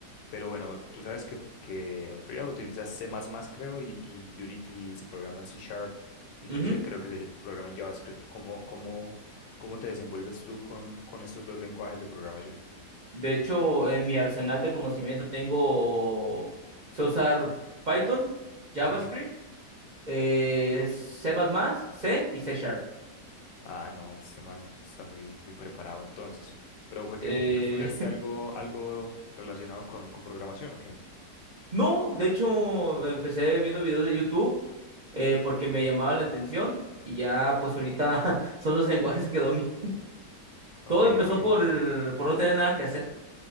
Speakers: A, on the left (about 85°); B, on the right (about 85°).
A: pero bueno, tú sabes que, que Unreal utiliza C++, creo, y, y Unity se programa en C Sharp, inclusive
B: Ujú.
A: creo que se programa en JavaScript. ¿Cómo, cómo, cómo te desenvuelves tú con, con estos dos lenguajes de programación?
B: De hecho, en mi arsenal de conocimiento tengo, sé usar Python, JavaScript,
A: Sí.
B: eh, C++, C y C Sharp.
A: Ah, no, este man está muy, muy preparado entonces. Pero fue que
B: Eh,
A: tú estudiaste algo, algo relacionado con, con programación, ¿o qué?
B: <laughs> no, de hecho, empecé viendo videos de YouTube eh, porque me llamaba la atención y ya pues ahorita <laughs> son los lenguajes que domino.
A: Ok,
B: Todo empezó
A: ok,
B: por, por no tener nada que hacer.